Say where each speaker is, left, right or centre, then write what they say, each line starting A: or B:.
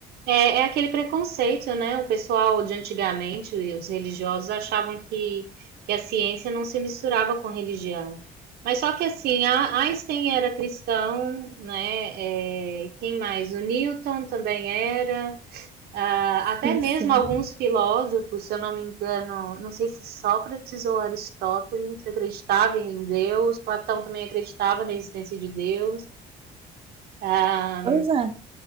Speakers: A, on the right; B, on the right.
A: É, é aquele preconceito, né? O pessoal de antigamente, os religiosos, achavam que, que a ciência não se misturava com religião. Mas só que assim, a- Einstein era cristão, né? É, quem mais? O Newton também era. Ah, até
B: Sim,
A: mesmo
B: sim.
A: alguns filósofos, se eu não me engano, não sei se Sócrates ou Aristóteles acreditavam em Deus, Platão também acreditava na existência de Deus. Ah,
B: Pois é.